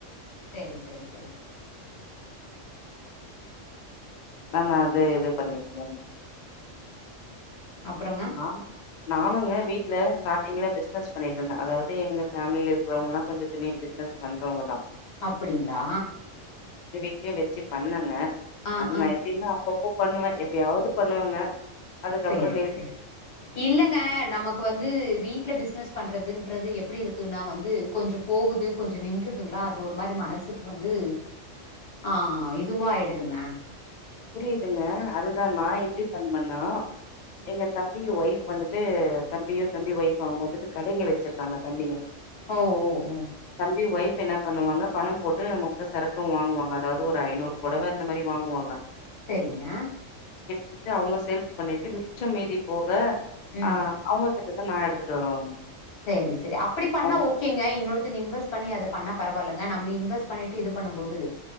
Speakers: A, on the left; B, on the left.
A: செரி செரி செரி செரிங்க
B: நா அது இது பண்ணிக்கிறே
A: அப்புறங்க
B: நானு நானுங்க வீ ட்ல ஸ்டார்டிங்ல பிஸ்னஸ் பண்ணிட்டு இருந்தே அதாவது எங்க ஃபேமிலில இருக்கறவங்கல்லா கொஞ்ச பெரிய பிசினஸ் பண்றவங்கதா
A: அப்டிங்களா
B: <unintelligible> வச்சி பண்ணங்க
A: ஆ
B: அது
A: ஆ
B: நா எப்டின்னா அப்பப்போ பண்ணுவே எப்பயாவது பண்ணுவேங்க அதுக்கப்புற
A: சேரி
B: நே
A: சேரி இல்லங்க நமக்கு வந்து வீட்ல பிசினஸ் பண்றதுன் ன்றது எப்டி இருக்குன்னா வந்து கொஞ்ச போகுது கொஞ்ச நின்றுதுங்களா அது ஒரு மாரி மனசுக்கு வந்து ஆஹ இதுவாயிடு துங்க
B: புரியுதுங்க அதுதா நா எப்டி பண்வன்னா
A: ம்
B: எங்க தம்பி ஒய்ஃப் வந்துட்டு தம்பியு தம்பி ஒய்ஃப்பூ அவுங்க வந்துட்டு கடைங்க வச்சிருக்காங்க தம்பிங்க
A: ஓ ஓ ஓ
B: தம்பி ஒய்ஃப் என்ன பண்ணுவாங்க பணம் போட்டு மொத்த சரக்கு வாங்குவாங்க அதாவது ஒரு ஐநூறு புடவ அந்த மாரி வாங்குவாங்க
A: செரிங்க
B: <unintelligible> அவுங்க சேல்ஸ் பண்ணிட்டு மிச்சம் மீதீ போக
A: ம்
B: ஆ அவங்க கிட்டருந்து நான் எடுத்துட்டு வருவேங்க.
A: செரி செரி அப்டி பண்ணா
B: அவ்
A: ஓகேங்க இன்னொருத்தங்க இன்வெஸ்ட் பண்ணி அத பண்ணா பரவால்லங்க நம்ம இன்வெஸ்ட் பண்ணிட்டு இது பண்ணும்போது